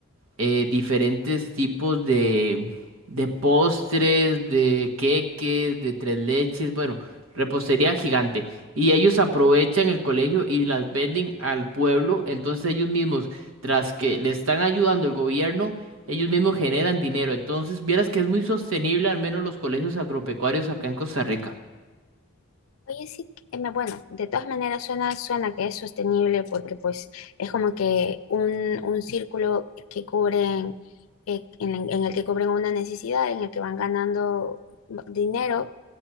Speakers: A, on the right; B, on the left.
A: eh, diferentes tipos de, de postres, de queques, de tres leches, bueno, repostería gigante. Y ellos aprovechan el colegio y las venden al pueblo, entonces ellos mismos, tras que le están ayudando el gobierno, ellos mismos generan dinero. Entonces, vieras que es muy sostenible, al menos los colegios agropecuarios acá en Costa Rica.
B: Oye, sí, que- em, bueno, de todas maneras suena, suena que es sostenible porque pues es como que un, un círculo que cubren, eh, en, en el que cubren una necesidad, en el que van ganando dinero